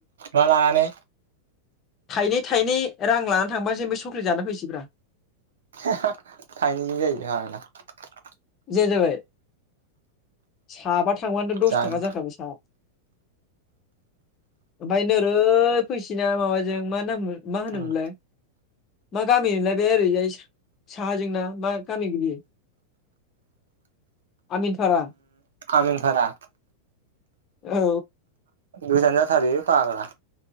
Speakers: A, on the right; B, on the left.
A: मा लानानै
B: थाइनै थाइनै रां लानानै थांफासै ओमफाय चक्लेट जाना फैसैब्रा
A: हाहा थाइनैजों जायो नामारा
B: जाया जाबाय साबा थांबानो दस
A: जायो
B: थाखा जाखाबाय सा ओमफाय नोरै फैसिना माबाजों मा नाम हो माहानोमोनलाय
A: उम
B: मा गामि मोनलाय बे ओरैजाय सा साहाजोंना मा गामि गोलैयो आमिनफारा
A: आमिनथारा
B: औ।
A: गोजान जाथारो पाग्ला।